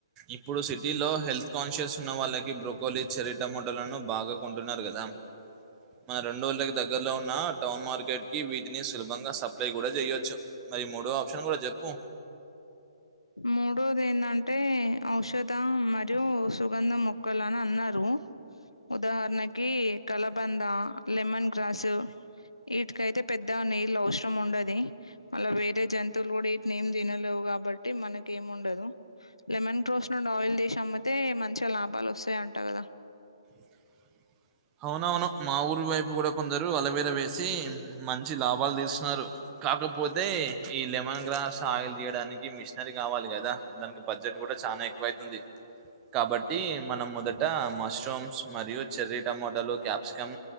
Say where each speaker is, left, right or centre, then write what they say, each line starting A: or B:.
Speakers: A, on the right; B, on the left.
A: ఇప్పుడు సిటీలో హెల్త్ కాన్షియస్ ఉన్న వాళ్ళకి బ్రోకోలిస్ చెర్రీ టమొటలను బాగా కొంటున్నారు కదా ఎ మన రెండడు ఊళ్ళకి దగ్గరలో ఉన్న టౌన్ మార్కెట్ కి వీటిని సులభంగా సప్లై కూడా జేయొచ్చు మరి మూడో ఆప్షన్ కూడా చెప్పు
B: మూడోది ఏందంటే ఔషధ మరియు సుగంధ మొక్కలు అని అన్నారు ఉదాహరణకి కలబంద లెమన్ గ్రాసు వీటికైతే పెద్ద నీళ్ళ అవసరం ఉండది మళ్ళా వేరే జంతువులు కూడా వటి నేమ్ తినలేవు కాబట్టి మనకి ఏం ఉండదు లెమన్ క్రోస్ నుండి ఆయిల్ తీసి అమ్మితే మంచిగ లాభం లాభాలు వస్తాయి అంట కదా
A: ఎ అవునవును మా ఊరి వైపు కూడా కొందరు అలవేరా వేసి మంచి లాభాలు తీస్తున్నారు కాకపోతే ఈ లెమన్ గ్రాస్ ఆయిల్ తీయడానికి మిషనరీ కావాలి కదా దానికి బడ్జెట్ కూడా చాలా ఎక్కువ అయితుంది కాబట్టి మనం మొదట మష్రూమ్స్ మరియు చెర్రీ టమోటలు క్యాప్సికం